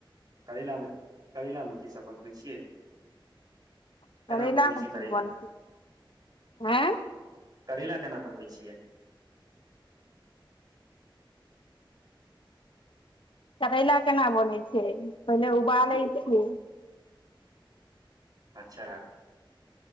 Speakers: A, on the right (about 50°); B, on the left (about 75°).
A: करैलामे करैलामे की सब बनबै छियै
B: करैला
A: केना बनबै
B: मे
A: छियै
B: कि
A: करैला
B: बनतै आँ
A: करैला केना बनबै छियै
B: करैला केना बनै छै पहिले उबालै छीयै
A: अच्छा